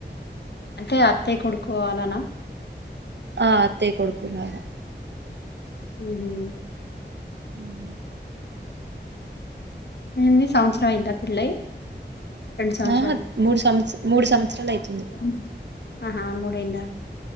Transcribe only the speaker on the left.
అంటే అత్తయ్య కొడుకు ఆలనా
ఉహు
ఎన్ని సంవత్సరం అయిందా పెళ్ళై సంవత్సరాలు
అయి ఆహా మూడేళ్ళ